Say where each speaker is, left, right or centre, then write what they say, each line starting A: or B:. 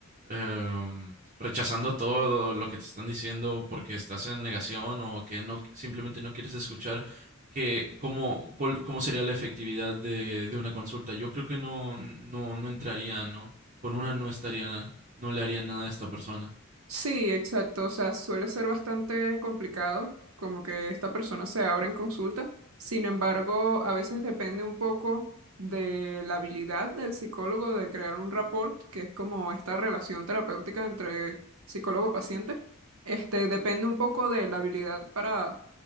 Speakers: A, on the right; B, on the right.
A: em, rechazando todo lo que te están diciendo porque estás en negación o que no, simplemente no quieres escuchar, que, ¿cómo, cuál- cómo sería la efectividad de, de una consulta? Yo creo que no, no, no entraría, ¿no? Con una no estaría no le haría nada a esta persona.
B: Sí, exacto. O sea, suele ser bastante complicado, como que esta persona se abra en consulta. Sin embargo, a veces depende un poco de la habilidad del psicólogo de crear un rapport, que es como esta relación terapéutica entre psicólogo-paciente. Este, depende un poco de la habilidad para